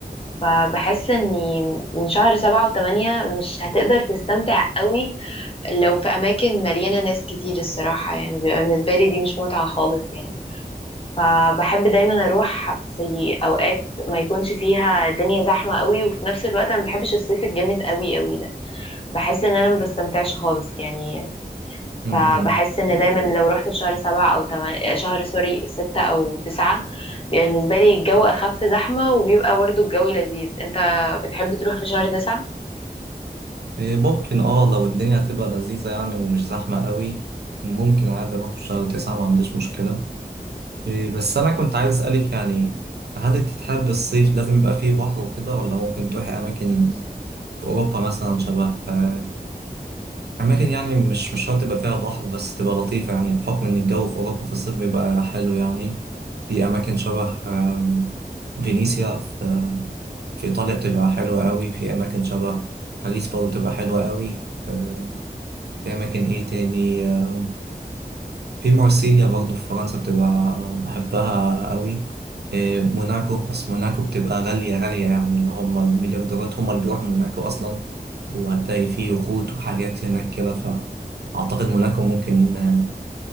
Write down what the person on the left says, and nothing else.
فبحس اني من شهر سبعة وثمانية مش هتقدر تستمتع قوي لو في اماكن مليانة ناس كتير الصراحة يعني بيبقى بالنسبة لي دي مش متعة خالص يعني فبحب دايما اروح في اوقات ما يكونش فيها الدنيا زحمة قوي وفي نفس الوقت انا ما بحبش الصيف الجامد قوي قوي ده بحس ان انا ما بستمتعش خالص يعني
فبحس ان دايما لو رحت في شهر سبعة او تمانية شهر سوري ستة او تسعة بيبقى بالنسبة لي الجو اخف زحمة وبيبقى برضه الجو لذيذ انت بتحب تروح في شهر تسعة؟